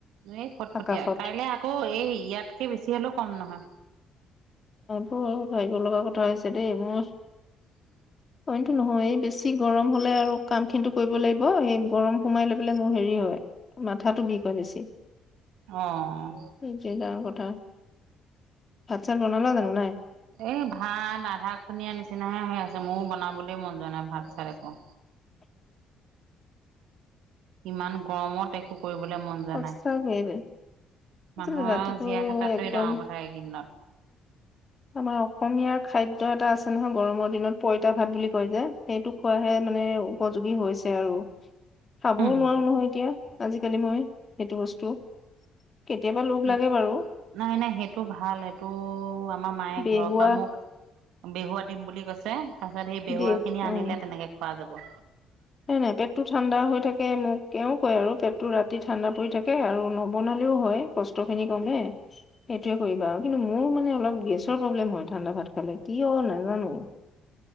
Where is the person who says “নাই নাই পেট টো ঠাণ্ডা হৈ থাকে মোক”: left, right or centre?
Left